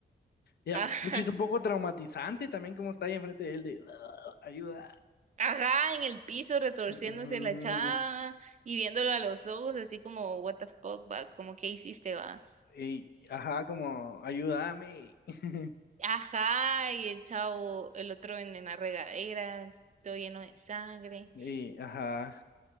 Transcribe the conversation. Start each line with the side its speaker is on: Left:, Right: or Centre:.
Left: Ya,
Right: Ajá,
Left: pucha, es un poco traumatizante también como está ahí enfrente de él de "Ah, ayuda.
Right: ajá, en el piso retorciéndose
Left: <laughs>
Right: la chava y viéndolo a los ojos así como, what the fuck, va, como, ¿qué hiciste, va?
Left: Y, ajá, como, ayúdame. <laughs>
Right: Ajá, y el chavo, el otro en, en la regadera, todo lleno de sangre,
Left: Y, ajá,